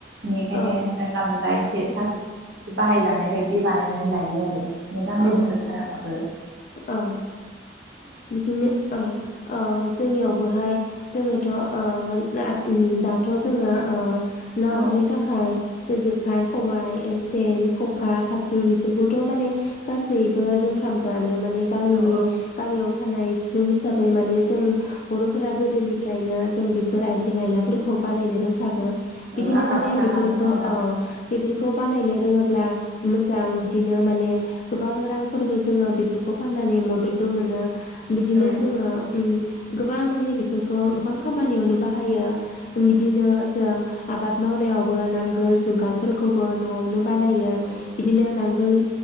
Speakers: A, on the right; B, on the left.
A: बिनिखायनो
B: औ
A: जानला मोनला एसे <unintelligible> बाहायजानाय बायदि बानायनानै लायो आरो। मोजाङै
B: औ
A: रोंजोबथाराबाबो
B: औ मिथिनो ओ ओ जोंनियावबोहाय जोंनोथ' ओ ना दाथ' जोंनो ओ ना
A: औ
B: हमनो थाखाय जेखाइ खबाइ एस सेन, खखा, खाखि, बेफोरखौ ट माने गासैबो रोंफ्रामगोआनो मान गामिनि
A: औ
B: गामियाव थानाय सुबुं हिसाबै माने जों बर' फुरा गोदोनिफ्रायनो जों बेफोर आइजें आइला फोरखो बानायनो रोंखागो
A: औ
B: बिदिनो
A: आखा
B: माने
A: फाखा
B: बेफोरखो
A: खामो नङा
B: ओ
A: होमबा
B: बेफोरखो खौ बानायनो रोङोब्ला मोजां बिदिनो माने गोबां रांफोरबो जोङो बेफोरखौ फाननानै मददबो मोनो। बिदिनो
A: औ
B: जोङो उम्म गोबां माने बेफोरखौ गोबां खामानियावनो बाहायो बिदिनो जों आबाद मावनायावबो नांगोल जुंगाल फोरखौबो न'आवनो बानायो
A: औ
B: बिदिनो नांगोल